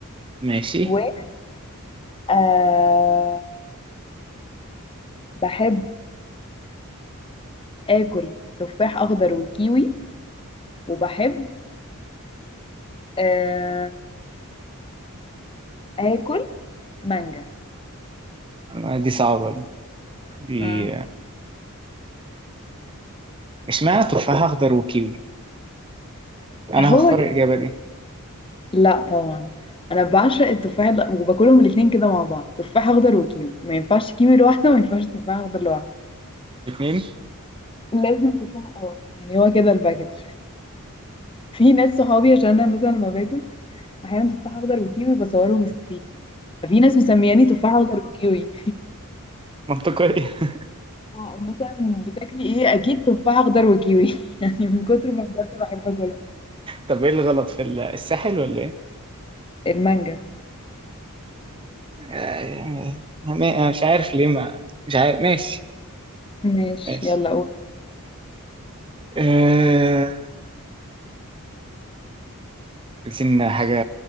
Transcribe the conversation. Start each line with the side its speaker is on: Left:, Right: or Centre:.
Right: ماشي
Left: و آه بحب اكل تفاح اخضر وكيوي وبحب آه اكل مانجا
Right: آه، دي صعبة دي
Left: مم.
Right: اشمعنى تفاح اخضر وكيوي انا
Left: هو
Right: هختار
Left: ك-
Right: الاجابه دي
Left: لا طبعا انا بعشق التفاح ال- وباكلهم الاتنين كده مع بعض تفاح اخضر وكيوي ما ينفعش كيوي لوحده وما ينفعش تفاح اخضر لوحده
Right: الاثنين
Left: لازم تفاح اه يعني هو كده الباكج في ناس صحابي عشان انا مثلا لما باكل احيانا تفاح اخضر وكيوي بصورهم ستريك ففي ناس مسمياني تفاح اخضر وكيوي
Right: منطقيه <laughs>
Left: اه مثلا بتاكلي ايه اكيد تفاح اخضر وكيوي <laughs> يعني من كتر ما بجد بحب اكلها
Right: طب ايه الغلط في ال- الساحل ولا ايه
Left: المانجا
Right: آه، ما- مش عارف ليه ما مش عارف ماشي
Left: ماشي
Right: ماشي
Left: يلا قول
Right: آه، عايزين حاجه